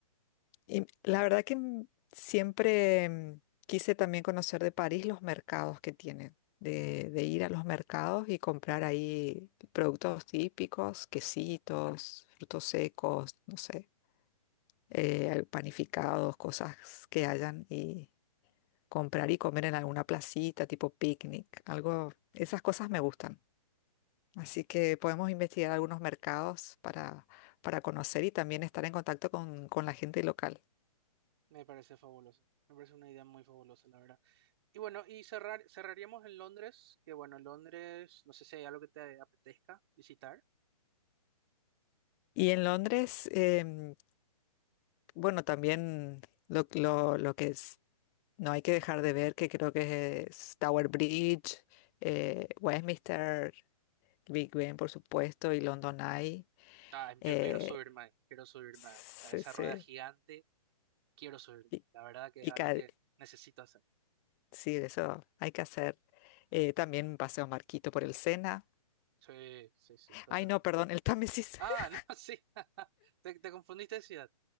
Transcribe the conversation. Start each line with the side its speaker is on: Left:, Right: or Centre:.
Left: Y la verdad que mm, siempre mm, quise también conocer de París los mercados que tienen, de, de ir a los mercados y comprar ahí productos típicos, quesitos, frutos secos, no sé, eh, panificados, cosas que hayan y comprar y comer en alguna placita, tipo picnic, algo, esas cosas me gustan. Así que podemos investigar algunos mercados para, para conocer y también estar en contacto con, con la gente local.
Right: Me parece fabuloso. Me parece una idea muy fabulosa, la verdad. Y bueno, y cerrar, cerraríamos en Londres, que bueno, Londres, no sé si hay algo que te apetezca visitar.
Left: Y en Londres, em, Bueno, también lo, lo, lo que es, no hay que dejar de ver, que creo que es Tower Bridge, eh, Westminster, Big Ben, por supuesto, y London Eye.
Right: Ah,
Left: eh,
Right: yo quiero subirme, ahí, quiero subirme
Left: se-
Right: a esa
Left: se-
Right: rueda gigante, quiero subirme.
Left: y,
Right: La verdad que
Left: y
Right: es algo
Left: ca-
Right: que necesito hacer.
Left: sí, eso hay que hacer. Eh, también Paseo Marquito por el Sena.
Right: Sí, sí, sí, totalmente.
Left: Ay, no, perdón, el Támesis.
Right: Ah,
Left: <laughs>
Right: no, <laughs> sí, <laughs> te, te confundiste de ciudad.